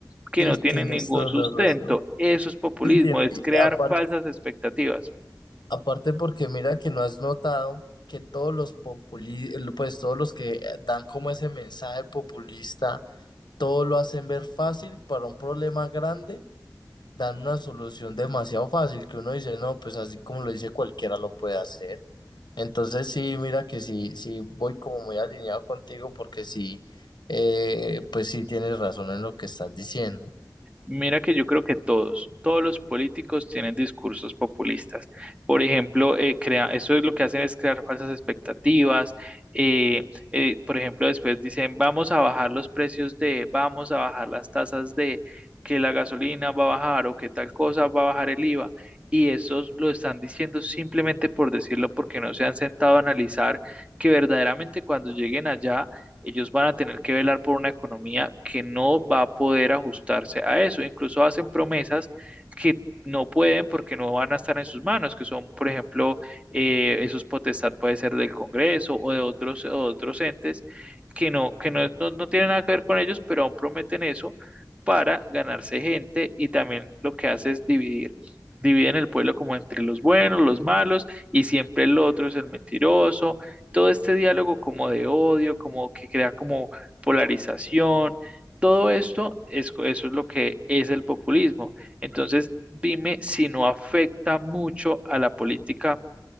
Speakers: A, on the right (about 15°); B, on the left (about 85°).
A: que
B: sí,
A: no tienen
B: tienes
A: ningún
B: toda
A: sustento.
B: la razón.
A: Eso es populismo,
B: Sí, tien-
A: es
B: y
A: crear
B: aparte,
A: falsas expectativas.
B: aparte porque mira que no has notado que todos los populi, pues todos los que dan como ese mensaje populista, todo lo hacen ver fácil para un problema grande dan una solución demasiado fácil que uno dice, no, pues así como lo dice cualquiera lo puede hacer. Entonces sí, mira que sí, sí voy como muy alineado contigo porque sí, eh, pues sí tienes razón en lo que estás diciendo.
A: Mira que yo creo que todos, todos los políticos tienen discursos populistas. Por ejemplo, eh, crea, eso es lo que hacen es crear falsas expectativas. eh, eh, por ejemplo, después dicen, vamos a bajar los precios de, vamos a bajar las tasas de, que la gasolina va a bajar o que tal cosa va a bajar el IVA. Y eso lo están diciendo simplemente por decirlo, porque no se han sentado a analizar que verdaderamente cuando lleguen allá ellos van a tener que velar por una economía que no va a poder ajustarse a eso. Incluso hacen promesas que no pueden porque no van a estar en sus manos, que son, por ejemplo, eh, esos potestad puede ser del Congreso o de otros, o de otros entes que, no, que no, no, no tienen nada que ver con ellos, pero aún prometen eso para ganarse gente y también lo que hace es dividir dividen el pueblo como entre los buenos, los malos, y siempre el otro es el mentiroso, todo este diálogo como de odio, como que crea como polarización, todo esto, es, eso es lo que es el populismo. Entonces, dime si no afecta mucho a la política